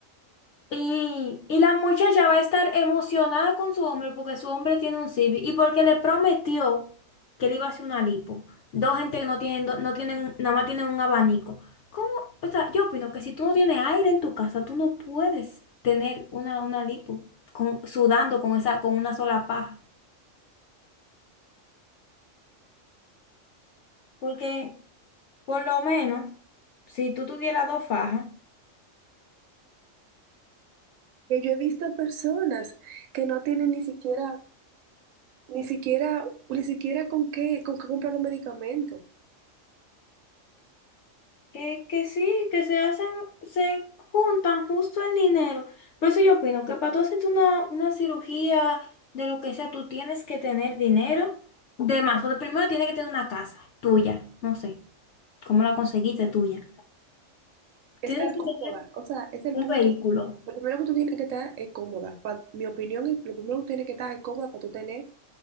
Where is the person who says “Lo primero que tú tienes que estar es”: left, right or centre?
Right